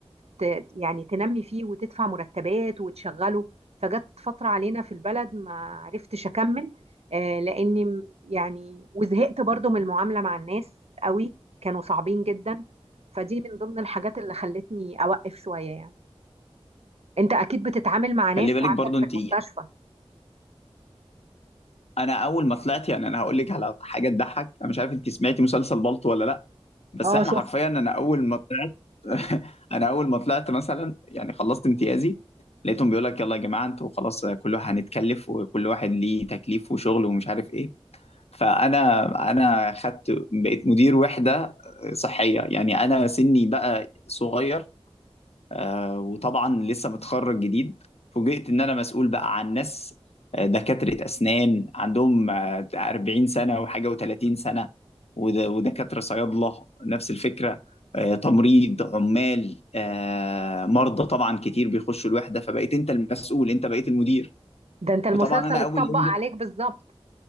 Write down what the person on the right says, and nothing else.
ت... يعني تنمي فيه وتدفع مرتبات وتشغله فجت فترة علينا في البلد ما عرفتش اكمل آه، لاني م- يعني وزهقت برضو من المعاملة مع الناس قوي كانوا صعبين جدا فدي من ضمن الحاجات اللي خلتني أوقف شوية يعني أنت أكيد بتتعامل مع ناس
عندك
في المستشفى
اه
شفت
ده أنت المسلسل
اتطبق
عليك
بالظبط